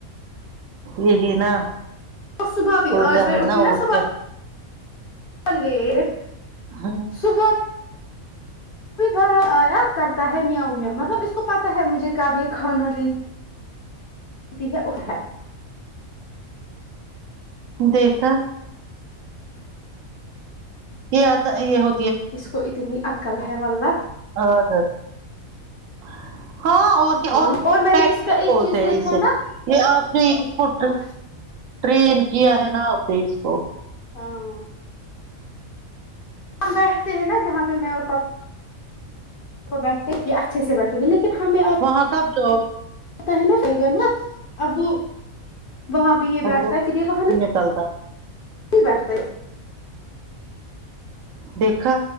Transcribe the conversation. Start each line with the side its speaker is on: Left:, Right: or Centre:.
Right: یہی نا
Left: اور صبح بھی
Right: وہ
Left: آج
Right: تو
Left: میں
Right: ہے
Left: اٹھی
Right: نا اور
Left: صبح
Right: کیا
Left: لیٹ
Right: ہاں نہ
Left: صبح پھر بھر ایا کرتا ہے میاؤں میاؤں مطلب اس کو پتہ ہے مجھے کویہ کھانا دے تی ہے اف ہے
Right: دیکھا یہ اتا ہے یہ ہو
Left: اس کو اتنی عقل ہے واللہ
Right: عادت ہیں ہاں اور ک
Left: ہاں
Right: اوٹ
Left: اور میں
Right: پیکٹ
Left: نے اس کا ایک
Right: بولتے
Left: چیز
Right: ہیں
Left: دیکھا
Right: اسے
Left: نا
Right: یہ اپ نے ان کو
Left: ہاں
Right: ٹرین کیا ہے نا اپ اس کو
Left: ہاں ہم بیٹھتے ہیں نا جہاں پہ میں اور پاپا وہ بیٹھے یہ اچھے سے بیٹھے گے لیکن ہمیں اب
Right: وہاں کب جاؤ
Left: پتا ہے نا رہائے گا نا اب وہ وہاں یہ بیٹھتا
Right: وہ
Left: ہے پھر وہاں یہ <unintelligible>
Right: نکلتا
Left: وہاں نہ بیٹھتا ہے
Right: دیکھا